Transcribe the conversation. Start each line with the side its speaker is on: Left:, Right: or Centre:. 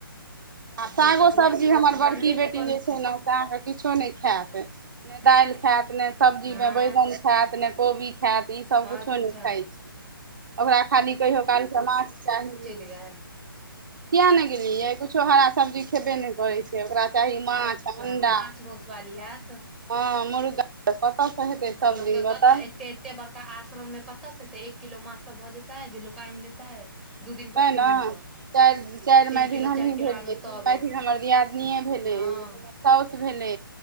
Right: आ
Centre: तऽ
Right: सागो
Centre: से तऽ
Right: सब्जी
Centre: धिया पुता
Right: हमर
Centre: सब
Right: बड़की
Centre: मानबे
Right: बेटी
Centre: नहि करै
Right: जे छै ने अहाँके किछो नहि खैत नै दालि खैत नै सब्जी
Centre: आँ
Right: मे बैगन खैत नै कोबी खैत खायत ई सब
Centre: अच्छा
Right: किछो नहि खाइत छी ओकरा खाली कहियो कालके माछ चाही
Centre: इहै
Right: किया ने गेलियै कुछो हरा सब्जी खेबे नहि करै छै से ओकरा चाही माछ
Centre: अच्छा
Right: आ अण्डा
Centre: माछ मौसवाली हैत
Right: हँ मुर्गा तऽ कतयसँ हेतै
Centre: आ
Right: सबदिन
Centre: लोक के कतऽ
Right: बताउ
Centre: एते एते बड़का आश्रम मे कत से एतै एक किलो माछ सँ भऽ जेताै जे लोक आनि लेतै दू दिन पर
Right: तैँ ने
Centre: तीन दिन पर
Right: चारि चारि
Centre: तीन
Right: मायधिन
Centre: किलो
Right: हमहीं
Centre: चारि किलो
Right: भेलियै
Centre: आनू
Right: तीन
Centre: तब
Right: मायधिन हमर दियादनियें भेलै
Centre: हँ
Right: साउस भेलै